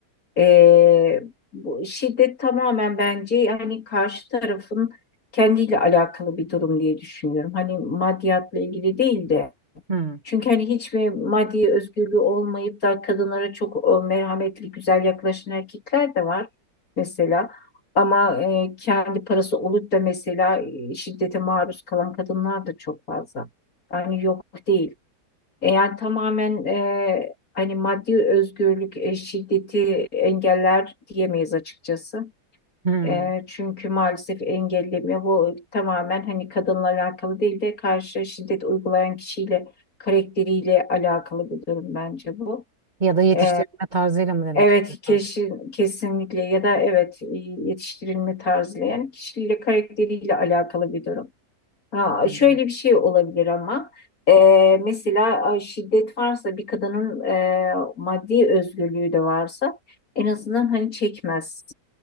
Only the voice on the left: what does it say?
E, bu şiddet tamamen bence yani karşı tarafın kendiyle alakalı bir durum diye düşünüyorum. Hani maddiyatla ilgili değil de
çünkü hani hiçbir maddi özgürlüğü olmayıp da kadınlara çok e, merhametli, güzel yaklaşan erkekler de var mesela. Ama e, kendi parası olup da mesela e, şiddete maruz kalan kadınlar da çok fazla. Yani yok değil. E, yani tamamen e, hani maddi özgürlük e, şiddeti engeller diyemeyiz açıkçası.
E, çünkü maalesef engellemiyor. Bu tamamen hani kadınla alakalı değil de karşı şiddet uygulayan kişiyle karakteriyle alakalı bir durum bence bu.
E,
evet
kesin, kesinlikle ya da evet e, yetiştirilme tarzıyla yani kişiyle karakteriyle alakalı bir durum. Ha,
şöyle bir şey olabilir ama e, mesela ay, şiddet varsa bir kadının e, maddi özgürlüğü de varsa en azından hani çekmez.